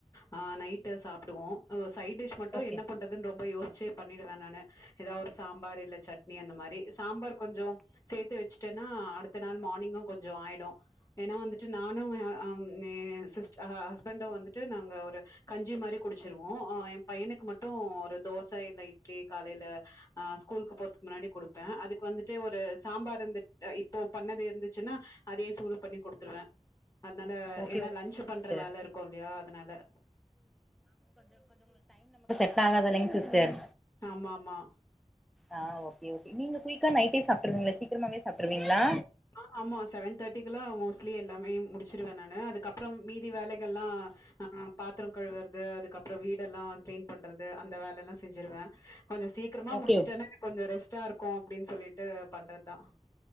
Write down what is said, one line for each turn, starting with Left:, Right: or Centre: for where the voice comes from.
Left: ஆஹ் நைட் சாப்புடுவோ உஸ் சைடிஷ் மட்டு
Centre: ஓகே
Left: என்ன பண்றது ரொம்ப யோசிச்சு பண்ணிடுவே நானு எதா ஒரு சாம்பார் இல்ல சட்னி அந்த மாரி சாம்பார் கொஞ்சொ சேர்த்து வச்சு ட்டன்னா அடுத்த நாள் மார்னிங்கு கொஞ்சொ ஆயிடு ஏனா வந்துட்டு நானு வெ அ அம் எ என் சிஸ்ட் ஆஹா ஹஸ்பண்டு வந்துட்டு நாங்க ஒரு கஞ்சி மாரி குடிச்சிருவோ அ எ பையனுக்கு மட்டு ஒரு தோச இல்ல இட்லி காலைல அ ஸ்கூலுக்கு போறதுக் முன்னாடி குடுப்பே அதுக்கு வந்துட்டு ஒரு சாம்பார் இருந்து அ இப்போ பண்ணது இருந்துச்சுன்னா அதே சூடு பண்ணி குடுத்துருவே அதுனால
Centre: ஓகே
Left: ஏனா லஞ்சு பண்ற
Centre: சிஸ்டர்
Left: வேல இருக்கு இல்லையா அதனால
Centre: ஸ்ட்ராங்க தானங்க சிஸ்டர்
Left: ஆமா ஆமா
Centre: ஆஹ் ஓகே ஓகே நீங்க குயிக்கா நைட்டே சாப்ட்டுருவீங்களா சீக்கிரமே சாப்ட்டுருவீங்களா
Left: ஆஹ் ஆமா செவன் தேட்டிக்ல்லா மோஸ்ட்லி எல்லாமே முடிச்சிருவ நானு அதுக்கப்புறம் மீதி வேலைகள்ல்லா அஹ் பாத்தரம் கழுவுறது அதுக்கப்புறம் வீடெல்லா கிளீன் பண்றது அந்த வேலல்லா செஞ்சிருவே கொஞ்ச சீக்கரமா
Centre: ஓகே
Left: முடிச்சுட்டனா எனக் கொஞ்ச ரெஸ்டா இருக் கோ அப்டின்னு சொல்லிட்டு பண்றது தா